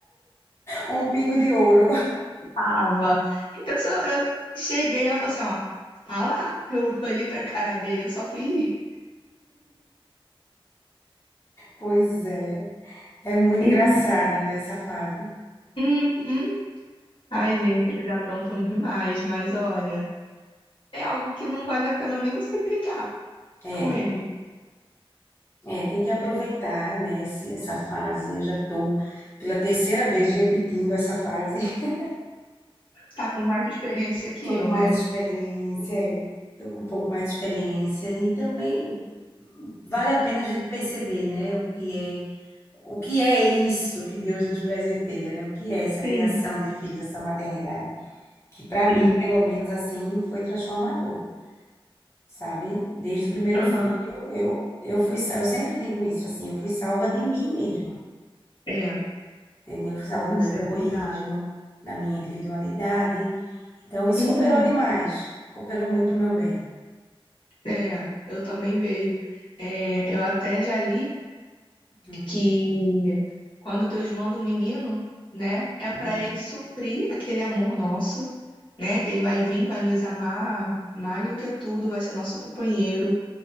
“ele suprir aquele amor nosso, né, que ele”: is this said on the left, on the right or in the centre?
Left